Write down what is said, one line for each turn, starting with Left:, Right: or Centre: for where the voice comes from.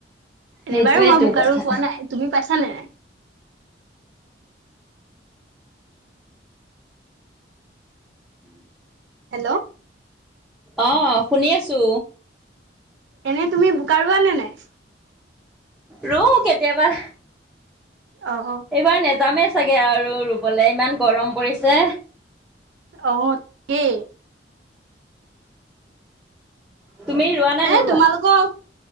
Right: এনে
Centre: সেইটোৱেতো
Right: বাৰো মই বোকাত
Centre: কথা।
Right: ৰুই পোৱা নাই তুমি পাইছা নে নাই। হেল্ল'।
Centre: অ শুনি আছো।
Right: এনে তুমি বোকাত ৰুৱা নে নাই।
Centre: ৰুও কেতিয়াবা।
Right: অ অ।
Centre: এইবাৰ নেযামেই চাগে আৰু ৰুবলৈ ইমান গৰম পৰিছে।
Right: অ তাকেই।
Centre: তুমি ৰোৱা নে
Right: এ
Centre: নোৰোৱা?
Right: তোমালোকৰ